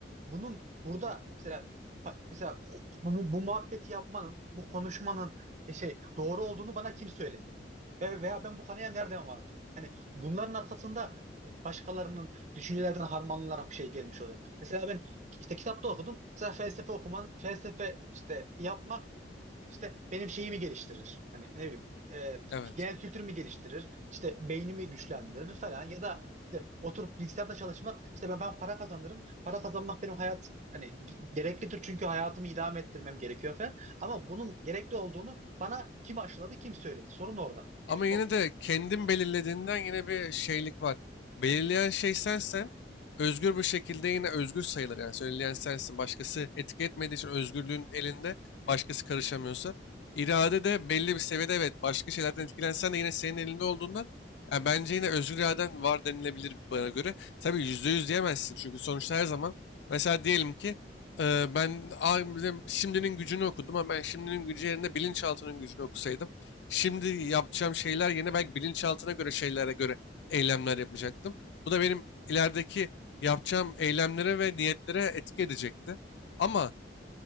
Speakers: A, on the right; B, on the left.
A: bunun burada mesela pa- mesela o- bu, bu muhabbeti yapmanın, bu konuşmanın e, şey doğru olduğunu bana kim söyledi? Ve, veya ben bu kanıya nereden vardım? Hani bunların arkasında e, başkalarının düşüncelerden harmanlanarak bir şey gelmiş oluyor. Mesela ben işte kitapta okudum. Mesela felsefe okuman, felsefe işte yapmak işte benim şeyimi geliştirir. Hani ne bileyim e,
B: evet.
A: genel kültürümü geliştirir. İşte beynimi güçlendirir falan ya da işte oturup bilgisayarda çalışmak işte ben, ben para kazanırım. Para kazanmak benim hayat hani ge- gereklidir çünkü hayatımı idame ettirmem gerekiyor falan. Ama bunun gerekli olduğunu bana kim aşıladı, kim söyledi? Sorun orada. Yani
B: Ama yine
A: o,
B: de kendin belirlediğinden yine bir şeylik var. Belirleyen şey sensen özgür bir şekilde yine özgür sayılır. Yani söyleyen sensin. Başkası etki etmediği için özgürlüğün elinde başkası karışamıyorsa. İrade de belli bir seviyede evet başka şeylerden etkilensen de yine senin elinde olduğundan yani bence yine özgür iraden var denilebilir bana göre. Tabii yüzde yüz diyemezsin çünkü sonuçta her zaman mesela diyelim ki e, ben "Aa, bizim şimdinin gücünü okudum ama ben şimdinin gücü yerine bilinçaltının gücünü okusaydım Şimdi yapacağım şeyler yerine belki bilinçaltına göre şeylere göre eylemler yapacaktım. Bu da benim ilerideki yapacağım eylemlere ve niyetlere etki edecekti. Ama